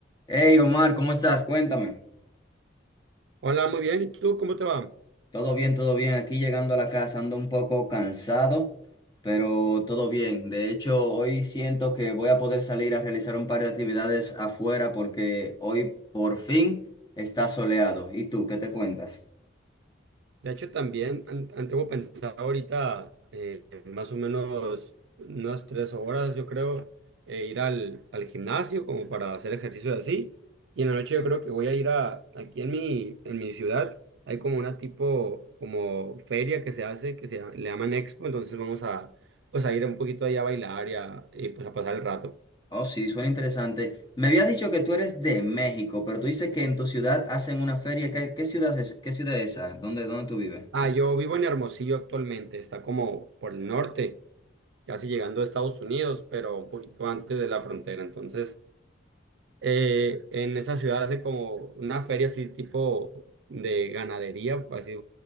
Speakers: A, on the left; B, on the right.
A: Hey Omar, ¿cómo estás? Cuéntame.
B: Hola, muy bien. ¿Y tú cómo te va?
A: Todo bien, todo bien. Aquí llegando a la casa ando un poco cansado, pero todo bien. De hecho, hoy siento que voy a poder salir a realizar un par de actividades afuera porque hoy por fin está soleado. ¿Y tú, qué te cuentas?
B: De hecho, también an- an- tengo pensado ahorita eh, más o menos unas tres horas, yo creo, eh, ir al, al gimnasio como para hacer ejercicio y así. Y en la noche yo creo que voy a ir a, aquí en mi, en mi ciudad, hay como una tipo, como feria que se hace, que se llama- le llaman Expo, entonces vamos a, pues a ir un poquito ahí a bailar y, a, y pues a pasar el rato.
A: Oh, sí, suena interesante. Me habías dicho que tú eres de México, pero tú dices que en tu ciudad hacen una feria. ¿Qué, qué ciudad es, qué ciudad es esa? ¿Dónde, dónde tú vives?
B: Ah, yo vivo en Hermosillo actualmente, está como por el norte. casi llegando a Estados Unidos, pero un poquito antes de la frontera. Entonces, eh, en esa ciudad hace como una feria así tipo de ganadería, así